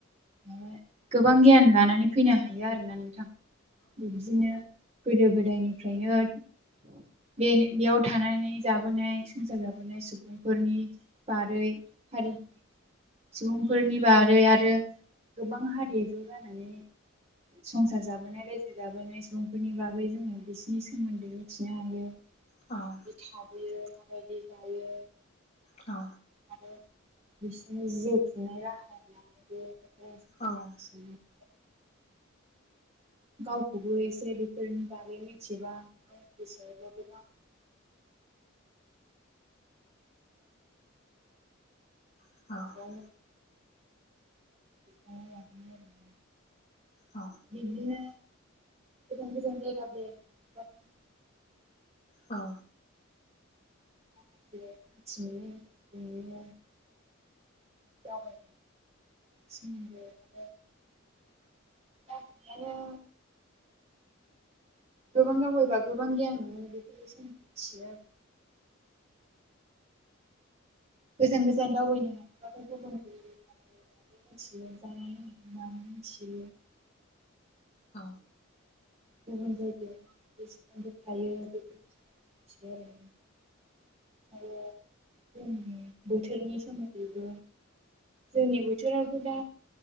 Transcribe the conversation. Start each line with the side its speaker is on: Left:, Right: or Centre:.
Right: माने गोबां गियान लानानै फैनो हायो आरोना नोंथां बिब्दिनो गोदो गोदायनिफ्रायनो बे बेयाव थानानै जाबोनाय हासार लाबोनाय सुबुंफोरनि बारै हारि सुबुंफोरनि बारै आरो गोबां हारि ज' जानानै संसार जाबोनाय रायजो जाबोनाय सुबुंफोरनि बागै जोङो बिसोरनि सोमोन्दै मिथिनो हायो।
Left: औ
Right: बिदि थायो मा बायदि जायो
Left: औ
Right: आरो बिसोरनि जिउ खुंनाय राहाया मा बायदि बेफोर
Left: औ
Right: <inaudible> गावखौबो एसे बेफोरनि बागै मिथिबा गावनि गोसोआवबो गोबां <inaudible>
Left: औ
Right: औ दखानिफ्राय लाबोयो आरो ना
Left: औ
Right: बिदिनो गोजान गोजान जायगा बेरायनो माखासे
Left: औ
Right: <unintelligible> माखासे मिथियो बिदिनो जावाय सिगांग्रो माने रावबो गैयानो गोबां दावबायबा गोबां गियान मोनो बेखौ जों मिथियो आरो गोजान गोजान दावबायनो हायोबाथाय गुबुन गुबननि बागै मिथियो। संनानै जानानै मिथियो।
Left: औ
Right: गुबुन जायगायाव जेसेबांफोर थायो बे मिथियो आरो आरो जोंनि बोथोरनि सोमोन्दैबो जोंनि बोथोरावथ' दा